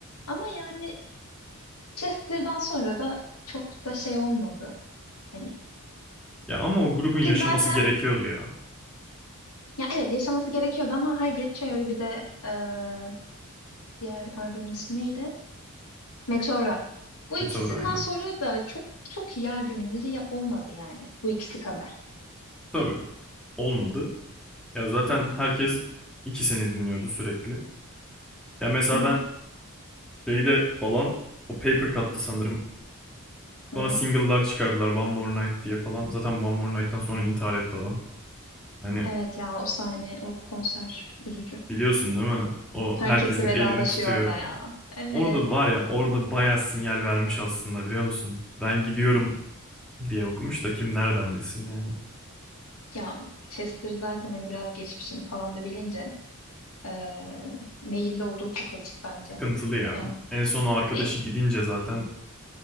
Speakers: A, on the left; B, in the centre.
A: Ama yani Chester'dan sonra da çok da şey olmadı. Hani
B: Ya ama o grubun yaşaması
A: ki zaten
B: gerekiyordu ya.
A: ya evet yaşaması gerekiyordu ama Hybrid Theory bir de eee, diğer albümün ismi neydi? Meteora. Bu
B: Meteor
A: ikisinden
B: aynen.
A: sonra da çok çok iyi albümleri ya- olmadı yani. Bu ikisi kadar.
B: Tabii. Olmadı. Ya zaten herkes ikisini dinliyordu sürekli. Ya mesela
A: Hı hı.
B: ben Şeyde falan o Paper Cut'tı sanırım.
A: Hı
B: Sonra
A: hı.
B: single'lar çıkardılar One More Night diye falan. Zaten One More Night'tan sonra intihar etti adam. Hani
A: Evet ya o sahne, o konser üzücü.
B: biliyorsun değil mi? O
A: Herkes
B: herkesin
A: de vedalaşıyor
B: elini tutuyor.
A: orada ya. Evet.
B: Orada var ya orada bayağı sinyal vermiş aslında biliyor musun? Ben gidiyorum diye okumuş da kim nereden bilsin yani.
A: Ya Chester zaten hani biraz geçmişini falan da bilince eee meyilli olduğu çok açık bence.
B: Sıkıntılı ya.
A: Yani
B: En son o arkadaşı
A: e,
B: gidince zaten